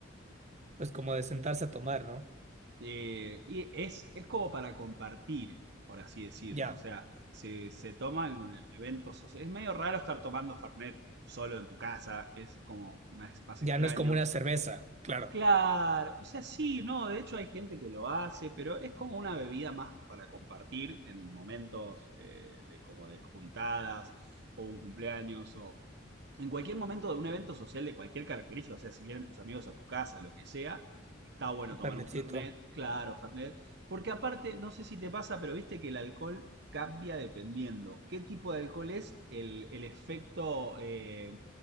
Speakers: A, on the right; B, on the right.
A: Pues como de sentarse a tomar, ¿no?
B: Eh, y es, es como para compartir, por así decirlo.
A: Ya.
B: O sea, se, se toma en un en eventos socia- Es medio raro estar tomando Fernet solo en tu casa, es como más, más
A: Ya
B: extraño.
A: no es como una cerveza, claro.
B: Claro, o sea, sí, no, de hecho hay gente que lo hace, pero es como una bebida más para compartir en momentos eh, de como de juntadas o un cumpleaños o en cualquier momento de un evento social de cualquier característica, o sea, si vienen tus amigos a tu casa, lo que sea, está bueno
A: Un
B: tomar
A: planetito.
B: un Fernet, claro, Fernet, porque aparte, no sé si te pasa, pero viste que el alcohol cambia dependiendo qué tipo de alcohol es el, el efecto eh,